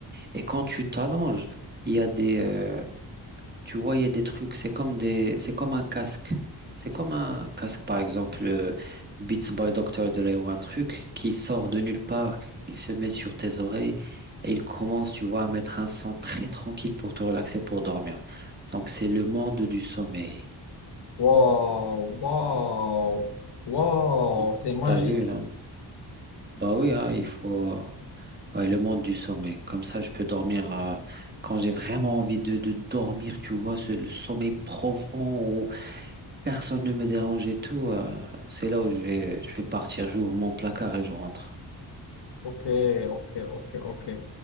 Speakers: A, on the right (about 25°); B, on the left (about 70°).
A: Et quand tu t'allonges, il y a des, euh, tu vois, il y a des trucs, c'est comme des, c'est comme un casque. C'est comme un casque, par exemple, euh, Beats by Dr. Dre ou un truc qui sort de nulle part, il se met sur tes oreilles et il commence, tu vois, à mettre un son très tranquille pour te relaxer, pour dormir. Donc, c'est le monde du sommeil.
B: Waouh, waouh, waouh,
A: Donc,
B: c'est magique.
A: t'as vu, hein? Bah oui, hein, il faut. Ouais, le monde du sommeil. Comme ça, je peux dormir euh, quand j'ai vraiment envie de, de dormir, tu vois, ce- le sommeil profond où personne ne me dérange et tout. euh, c'est là où je vais, je vais partir. J'ouvre mon placard et je rentre.
B: Ok, ok, ok, ok.